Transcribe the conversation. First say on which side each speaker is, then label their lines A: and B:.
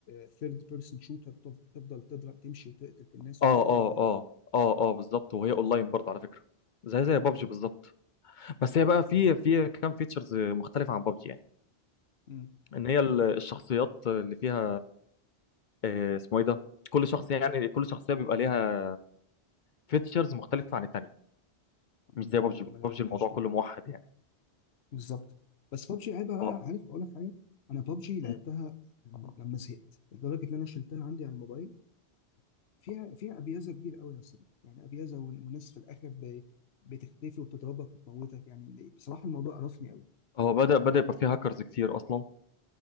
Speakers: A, on the left (about 70°); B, on the left (about 55°).
A: ثيرد بيرسون شوتر تفضل تضرب تمشي وتقتل في الناس
B: اه
A: وكده
B: اه
A: ولا ايه؟
B: اه اه اه بالظبط وهي اونلاين برضه على فكره زي زي بابجي
A: مم.
B: بالظبط بس هي بقى في في كام فيتشرز مختلفه عن بابجي يعني
A: مم.
B: ان هي ال- الشخصيات اللي فيها آه، اسمه ايه ده كل شخصيه يعني كل شخصيه بيبقى ليها فيتشرز مختلفه عن التانيه
A: مم،
B: مش زي بابجي
A: لا ما لعبتهاش
B: بابجي الموضوع
A: دي
B: كله موحد يعني
A: بالظبط بس بابجي عيبها بقى
B: اه
A: عارف اقول لك حاجه انا بابجي لعبتها
B: مم.
A: لما زهقت لدرجه ان انا شلتها عندي على الموبايل فيها فيها ابيازه كبيره قوي يا صديقي يعني ابيازه ون- وناس في الاخر ب- بتختفي وبتضربك وتموتك يعني بصراحه الموضوع قرفني قوي
B: هو بدأ بدأ يبقى فيه هاكرز كتير أصلا